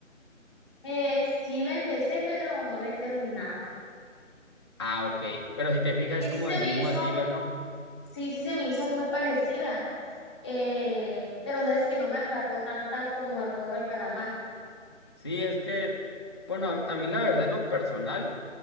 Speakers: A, in the centre; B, on the left.
A: Eh, sí la empecé, pero no la he terminado.
B: Ah, ok. Pero si te fijas,
A: Y
B: es como
A: sí se
B: del
A: me
B: mismo
A: hizo,
B: estilo, ¿no?
A: sí, sí se me hizo muy parecida, eh, pero sabes que no me atrapó tanta como el juego del calamar.
B: Sí, es que, bueno, a, a mí la verdad en lo personal,